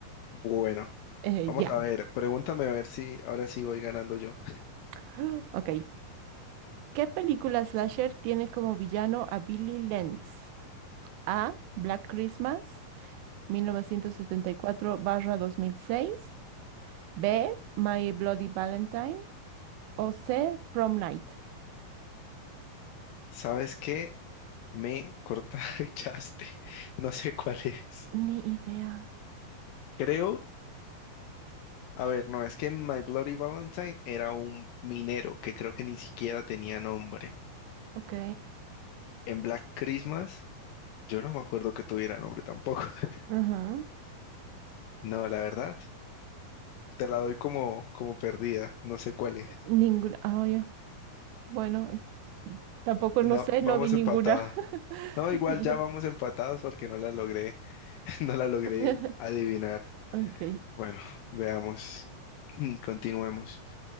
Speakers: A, on the left (about 75°); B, on the right (about 85°).
A: Bueno,
B: Eh,
A: vamos
B: ya.
A: a ver, pregúntame a ver si ahora sí voy ganando yo.
B: <gasps> Ok. ¿Qué película slasher tiene como villano a Billy Lenz? A. Black Christmas, mil novecientos setenta y cuatro barra dos mil seis B. My Bloody Valentine. O C, Prom Night.
A: ¿Sabes qué? Me cortaste, <laughs> no sé cuál es.
B: Ni idea.
A: Creo A ver, no, es que My Bloody Valentine era un minero que creo que ni siquiera tenía nombre.
B: Ok.
A: En Black Christmas, yo no me acuerdo que tuviera nombre tampoco. <laughs>
B: Ajá.
A: No, la verdad, te la doy como, como perdida. No sé cuál es.
B: Ninguna. Ah, ya. Bueno, tampoco
A: No,
B: no sé,
A: vamos
B: no vi ninguna.
A: empatados.
B: <laughs>
A: No, igual
B: Y
A: ya
B: ya.
A: vamos empatados porque no la logré, <laughs> no la logré
B: <laughs>
A: adivinar.
B: Ok.
A: Bueno, veamos, <clears throat> continuemos.